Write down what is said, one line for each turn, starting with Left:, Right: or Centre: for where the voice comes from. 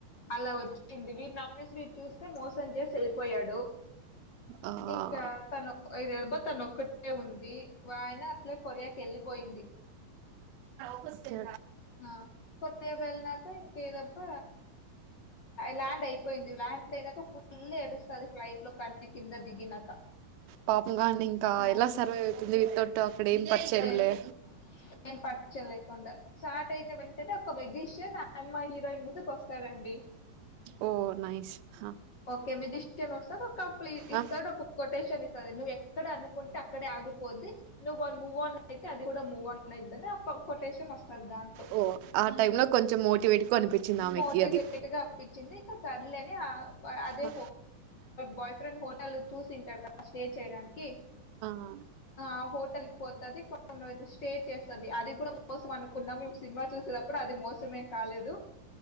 Left: అలా వచ్చింది వీరు నమ్మేసి వీరు చూస్తే మోసం చేసి వెళ్ళిపోయాడు
Right: ఓకే
Left: ఇంకా తను ఇరార్బా తను ఒకటె ఉంది ఆయన అట్లే కొరియాకి వెళ్ళిపోయింది
Right: ఒకే
Left: ఆ కొరియా వెళ్ళాక ఇంకదప్ప ల్యాండ్ అయిపోయింది ల్యాండ్ అయినాక ఫుల్ ఎడుస్తది ఫ్లైట్ లో కన్న కింద దిగినాక
Right: పాప గా అండి ఇంకా
Left: ఆ
Right: ఎలా సర్వైవ్ అవుతుంది వితోట్టు అక్కడ ఏం పరిచయంలే
Left: ఎల్ ఏం పరిచయం లేకుండా స్టార్ట్ అయిన వెంటనే ఒక మెజిషియన్ ఆ అమ్మాయి హీరోయిన్ ముందుకు వస్తారండి
Right: ఓ నయిస్ హ
Left: ఓకే మెజిషియన్ వస్తాడు ఒక ఫ్ ఇస్తాడు
Right: ఆ,
Left: ఒక కొటేషన్ ఇస్తాడు నువ్వు ఎక్కడ అనుకుంటే అక్కడే ఆగిపోద్ది నువ్ మూవ్ ఆన్ అయితే అది కూడా మూవ్ ఆన్ అయిద్ధి అని ఒక కొటేషన్ వస్తది దాంట్లో
Right: ఓ ఆ టైంలో కొంచెం మోటివేట్గా అనిపించింది ఆమెకి
Left: మోటివేట్గా
Right: అది
Left: అన్పించింది ఇంకా సర్లే ఆ అదే
Right: ఆ,
Left: బాయ్ ఫ్రెండ్ హోటల్ లో చూసింటారు కదా స్టే చేయడానికి
Right: ఆ
Left: ఆ హోటల్కి పోతది కొన్ని రోజు స్టే చేస్తది అది కూడా మోసం అనుకున్నాాం మేము సినిమా చూసేటప్పుడు అది మోసమే కాలేదు